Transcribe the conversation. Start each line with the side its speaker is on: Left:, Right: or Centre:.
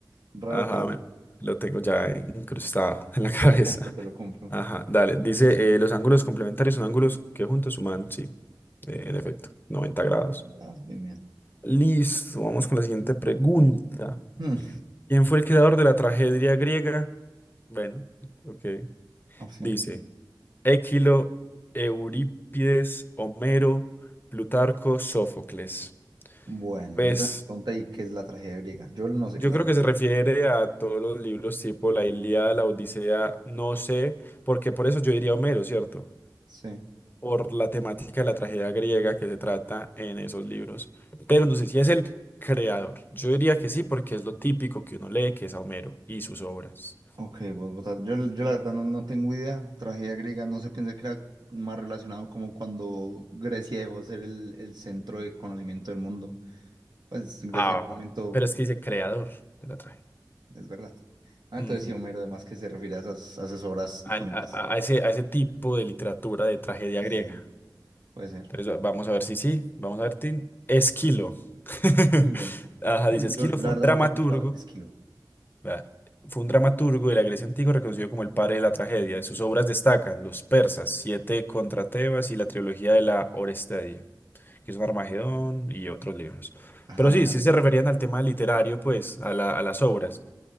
Right: raro,
Left: Ajá,
Right: pero
Left: me- lo tengo ya incrustado en la <laughs> cabeza.
Right: te lo compro, te lo compro.
Left: Ajá, dale. Dice, eh, los ángulos complementarios son ángulos que juntos suman, sí, eh, en efecto, 90
Right: No,
Left: grados.
Right: bravo, bien, bien.
Left: Listo, vamos con la siguiente pregunta.
Right: Hmm,
Left: ¿Quién fue el creador de la tragedia griega? Bueno, ok.
Right: opciones.
Left: Dice, Équilo, Eurípides, Homero, Plutarco, Sófocles.
Right: Bueno,
Left: Pues
Right: yo tengo una pregunta y ¿qué es la tragedia griega? Yo no sé
Left: yo
Right: qué es la
Left: creo
Right: tragedia.
Left: que se refiere a todos los libros tipo la Ilíada, la Odisea, no sé, porque por eso yo diría Homero, ¿cierto?
Right: Sí.
Left: Por la temática de la tragedia griega que se trata en esos libros. Pero no sé si es el creador. Yo diría que sí, porque es lo típico que uno lee, que es a Homero y sus obras.
Right: Ok, vos votas. Yo, yo la verdad no, no tengo idea. Tragedia griega, no sé, pensé que era más relacionado como cuando Grecia dejó de ser el, el centro de conocimiento del mundo. Pues Grecia
Left: Ah,
Right: en un momento,
Left: pero es que dice creador de la tragedia.
Right: es verdad. Ah,
Left: Ujú.
Right: entonces sí, Homero, además que se refiere a esas, a esas obras
Left: al-
Right: icónicas.
Left: a, a ese, a ese tipo de literatura de tragedia
Right: Sí,
Left: griega.
Right: sí, sí. Puede ser.
Left: Entonces, vamos a ver si sí, vamos a ver, Tin. Esquilo. <laughs>
Right: Esquilo.
Left: Ajá,
Right: Mm,
Left: dice Esquilo
Right: Yo la
Left: fue
Right: verdad
Left: un dramaturgo,
Right: nunca he escuchado Esquilo.
Left: vea, fue un dramaturgo de la Grecia antigua reconocido como el padre de la tragedia. De sus obras destacan Los persas, Siete contra Tebas y la trilogía de la Orestedia, que son Armagedón y otros libros.
Right: Ajá,
Left: Pero
Right: menos.
Left: sí, sí se referían al tema literario, pues, a la- a las obras.